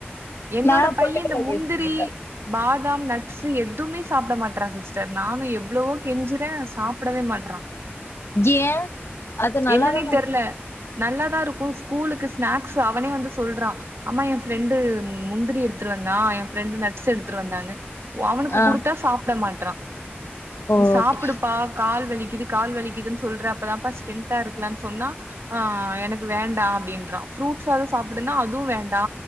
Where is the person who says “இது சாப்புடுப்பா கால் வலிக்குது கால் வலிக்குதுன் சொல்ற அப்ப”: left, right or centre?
Right